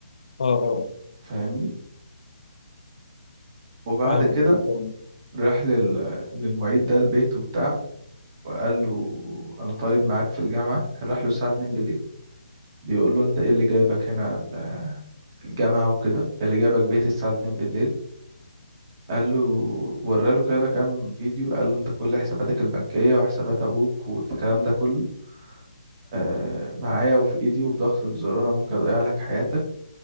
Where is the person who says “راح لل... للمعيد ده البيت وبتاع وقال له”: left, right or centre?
Right